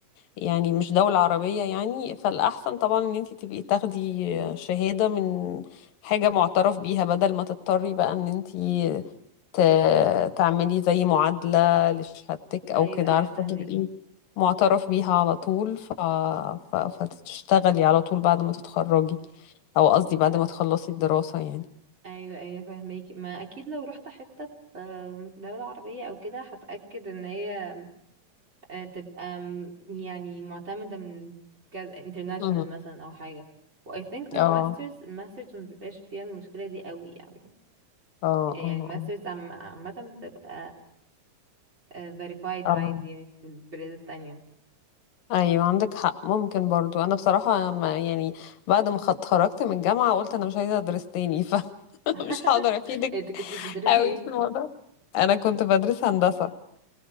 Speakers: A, on the left (about 80°); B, on the right (about 20°).
A: يعني مش دولة عربية يعني فالاحسن طبعا ان انت تبقي تاخدي شهادة من حاجة معترف بيها بدل ما تضطري بقى ان انت ت- تعملي زي معادلة لشهادتك أو
B: أيوة
A: كده
B: أيوة
A: عارفة
B: فاهماكي
A: تبقي معترف بيها على طول ف... ف... فتشتغلي على طول بعد ما تتخرجي أو قصدي بعد
B: ف-
A: ما تخلصي الدراسة يعني
B: أيوة أيوة فاهماكي ما أكيد لو رحت حتة في آه، دولة عربية أو كده هتأكد إن هي آه، تبقى م- يعني معتمدة من انترناشونال
A: مم.
B: مثلا أو حاجة و I think لو
A: اه
B: ماسترز الماسترز مبيبقاش فيها المشكلة دي قوي يعني
A: اه
B: آه، يعني
A: اه
B: الماسترز عم- عامة بتبقى آه، verified
A: اه
B: عادي
A: آه.
B: يعني في البلاد التانية
A: ايوه عندك حق ممكن برضو انا بصراحه ما يعني بعد ما خ- اتخرجت من الجامعه قلت انا مش عايزه ادرس تاني <laughs> فمش
B: <laughs>
A: هقدر افيدك
B: انت كنت بتدرسي
A: قوي
B: ايه؟
A: في الموضوع انا كنت بدرس هندسه